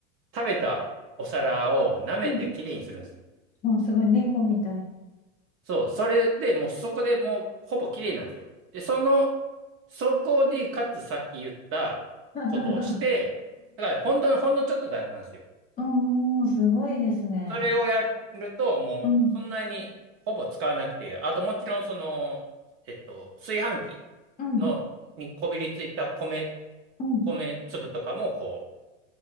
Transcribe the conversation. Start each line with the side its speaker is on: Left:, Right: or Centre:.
Right: 食べたお皿を舐めてきれいにするんですよ。
Left: うん。わあ、すごい。猫みたい。
Right: そう、それでもうそこでもうほぼきれいなんですよ。で、その、そこで、かつさっき言ったことをして、
Left: <laughs>
Right: だから、ほんの、ほんのちょっとだ、なんですよ。
Left: うんうんすごいですね。
Right: それをやると、もう、
Left: うん、
Right: そんなにほぼ使わなくていい。あと、もちろん、その、えっと、炊飯器
Left: うん、
Right: の、にこびりついた米、
Left: うん。
Right: 米粒とかも、こう、